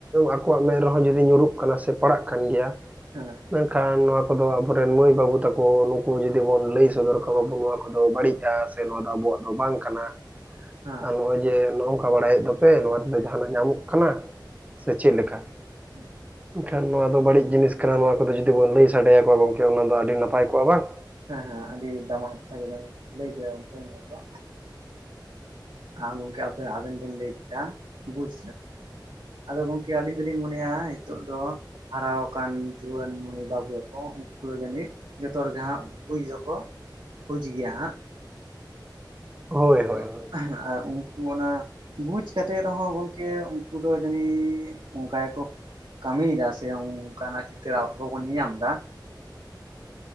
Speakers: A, on the right; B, on the right.
A: ᱟᱠᱚᱣᱟᱜ ᱢᱮᱫ ᱨᱮᱦᱚᱸ ᱡᱩᱫᱤ ᱧᱩᱨᱩᱜ ᱠᱟᱱᱟ ᱥᱮ ᱯᱟᱲᱟᱜ ᱠᱟᱱ ᱜᱮᱭᱟ᱾
B: ᱦᱮᱸ
A: ᱢᱮᱱᱠᱷᱟᱱ ᱱᱚᱣᱟ ᱠᱚᱫᱚ ᱟᱵᱚᱨᱮᱱ ᱢᱟᱹᱭ ᱵᱟᱹᱵᱩ ᱛᱟᱠᱚ ᱩᱱᱠᱩ ᱡᱩᱫᱤ ᱵᱚᱱ ᱞᱟᱹᱭ ᱥᱚᱫᱚᱨ ᱠᱚᱣᱟ ᱵᱟᱵᱚ ᱱᱚᱣᱟ ᱠᱚᱫᱚ ᱵᱟᱹᱲᱤᱡᱼᱟ᱾ ᱱᱚᱣᱟ ᱫᱚ ᱟᱵᱚᱣᱟᱜ ᱫᱚ ᱵᱟᱝ ᱠᱟᱱᱟ
B: ᱦᱮᱸ
A: ᱱᱚᱜᱼᱚᱭ ᱡᱮ ᱱᱚᱝ ᱜᱟ ᱵᱟᱲᱟᱭᱮᱫ ᱫᱚᱯᱮ ᱱᱚᱣᱟ ᱛᱮᱫᱚ ᱡᱟᱦᱟᱱᱟᱜ ᱧᱟᱢᱚᱜ ᱠᱟᱱᱟ ᱥᱮ ᱪᱮᱫ ᱞᱮᱠᱟ?
B: <unintelligible>
A: ᱮᱱᱠᱷᱟᱱ ᱱᱚᱣᱟ ᱫᱚ ᱵᱟᱹᱲᱤᱡ ᱡᱤᱱᱤᱥ ᱠᱟᱱᱟ ᱱᱚᱣᱟ ᱠᱚᱫᱚ ᱡᱩᱫᱤ ᱵᱚᱱ ᱞᱟᱹᱭ ᱥᱟᱰᱮᱭᱟᱠᱚᱣᱟ ᱜᱚᱢᱠᱮ ᱚᱱᱟ ᱫᱚ ᱟᱹᱰᱤ ᱱᱟᱯᱟᱭ ᱠᱚᱜᱼᱟ ᱵᱟᱝ?
B: ᱦᱮᱸ ᱦᱮᱸ ᱟᱹᱰᱤ ᱫᱟᱢᱟᱱ ᱠᱟᱛᱷᱟ ᱜᱮᱵᱮᱱ ᱞᱟᱹᱭ ᱠᱮᱫᱟ ᱜᱚᱢᱠᱮ ᱱᱤᱭᱟᱹ ᱫᱚ ᱟ ᱜᱚᱢᱠᱮ ᱟᱵᱮᱱ ᱵᱮᱱ ᱞᱟᱹᱭ ᱠᱮᱫᱟ ᱵᱩᱡᱽ ᱟᱫᱚ ᱜᱚᱢᱠᱮ ᱟᱹᱞᱤᱧ ᱫᱚᱞᱤᱧ ᱢᱚᱱᱮᱭᱟ ᱱᱤᱛᱚᱜ ᱫᱚ᱾ ᱦᱟᱨᱟ ᱟᱠᱟᱱ ᱡᱩᱣᱟᱹᱱ ᱢᱟᱹᱭ ᱵᱟᱹᱵᱩ ᱛᱟᱠᱚ ᱩᱱᱠᱩ ᱡᱟᱹᱱᱤᱡ ᱡᱚᱛᱚ ᱦᱚᱲ ᱜᱮ ᱦᱟᱸᱜ ᱵᱩᱡᱽ ᱫᱚᱠᱚ ᱵᱩᱡᱽ ᱜᱮᱭᱟ ᱦᱟᱸᱜ᱾
A: ᱦᱳᱭ
B: ᱛᱚ
A: ᱦᱳᱭ ᱦᱳᱭ
B: ᱟᱨ ᱩᱱᱠᱩ ᱚᱱᱟ ᱵᱩᱡᱽ ᱠᱟᱛᱮᱫ ᱨᱮᱦᱚᱸ ᱜᱚᱢᱠᱮ ᱩᱱᱠᱩ ᱫᱚ ᱡᱟᱹᱱᱤ ᱚᱱᱠᱟ ᱜᱮ ᱠᱚ ᱠᱟᱹᱢᱤᱭᱫᱟ ᱥᱮ ᱚᱱᱠᱟᱱᱟᱜ ᱪᱤᱛᱟᱹᱨ ᱟᱵᱚ ᱵᱚᱱ ᱧᱮᱧᱟᱢ ᱮᱫᱟ᱾